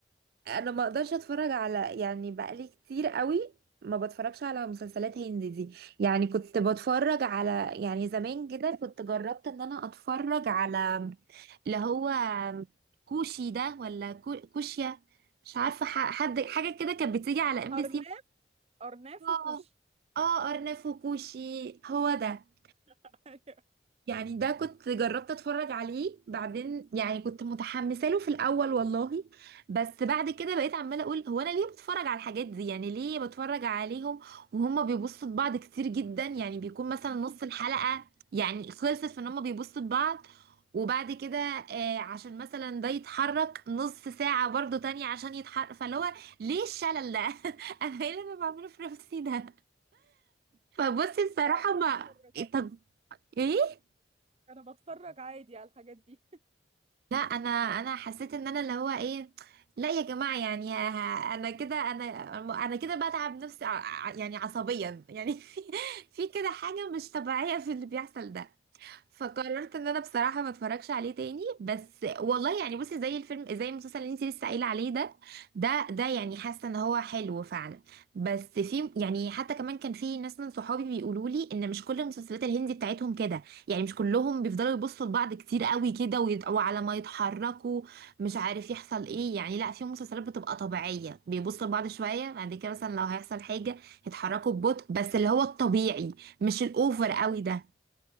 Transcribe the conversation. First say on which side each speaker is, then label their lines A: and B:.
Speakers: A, on the right (about 55°); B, on the right (about 35°).
A: انا ما اقدرش اتفرج على يعني بقالي كتير قوي ما بتفرجش على مسلسلات هندي دي يعني كنت بتفرج على يعني زمان كده كنت جربت ان انا اتفرج على اللي هو كوشي ده ولا كو- كوشيا مش عارفه ح- حد حاجه كده كانت بتيجي على ام بي
B: ارناف
A: سي
B: ارناف
A: اه
B: وكوشي
A: اه ارنب وكوشي هو ده
B: <laughs> أيوة.
A: يعني ده كنت جربت اتفرج عليه بعدين يعني كنت متحمسه له في الاول والله بس بعد كده بقيت عماله اقول هو انا ليه بتفرج على الحاجات دي يعني ليه بتفرج عليهم وهما بيبصوا لبعض كتير جدا يعني بيكون مثلا نص الحلقه يعني خلصت في ان هما بيبصوا لبعض وبعد كده آه عشان مثلا ده يتحرك نص ساعه برضو تانية عشان يتحرك فاللي هو ليه الشلل ده <laughs> انا ايه اللي انا بعمله في نفسي ده فبصي بصراحه
B: لا، انا
A: ما
B: بتفرج
A: إيه، طب ايه
B: عادي انا بتفرج عادي على الحاجات دي
A: لا انا انا حسيت ان انا اللي هو ايه لا يا جماعه يعني ه- انا كده انا انا كده بتعب نفسي ع- ع- يعني عصبيا يعني <laughs> في في كده حاجه مش طبيعيه في اللي بيحصل ده فقررت ان انا بصراحه ما اتفرجش عليه تاني بس والله يعني بصي زي الفيلم زي المسلسل اللي انت لسه قايله عليه ده ده ده يعني حاسه ان هو حلو فعلا بس في يعني حتى كمان كان في ناس من صحابي بيقولوا لي ان مش كل المسلسلات الهندي بتاعتهم كده يعني مش كلهم بيفضلوا يبصوا لبعض كتير قوي كده ويد- وعلى ما يتحركوا مش عارف يحصل ايه يعني لا في مسلسلات بتبقى طبيعيه بيبصوا لبعض شويه بعد كده مثلا لو هيحصل حاجه يتحركوا ببطء بس اللي هو الطبيعي مش الاوفر
B: <laughs> أيوة.
A: قوي ده